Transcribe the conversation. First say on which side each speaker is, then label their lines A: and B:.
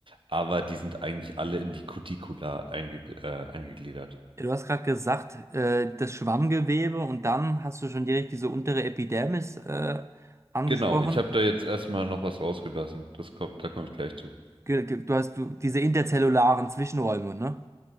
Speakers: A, on the right; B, on the right.
A: aber die sind eigentlich alle in die Cuticula einge äh, eingegliedert.
B: Ja, Du hast gerade gesagt, äh, das Schwammgewebe und dann hast du schon direkt diese untere Epidermis äh, angesprochen.
A: Genau, ich habe da jetzt erstmal noch was rausgelassen. Das kommt, da komme ich gleich zu.
B: Ge- ge- Du hast du, diese interzellularen Zwischenräume, ne?